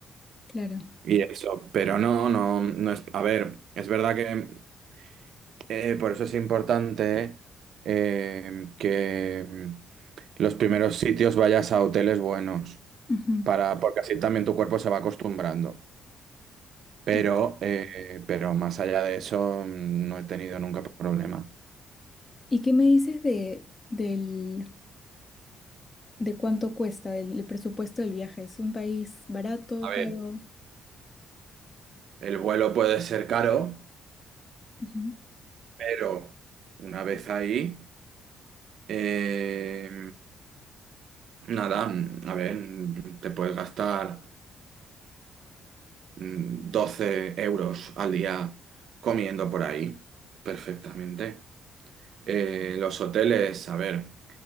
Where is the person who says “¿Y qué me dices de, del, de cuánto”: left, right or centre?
Left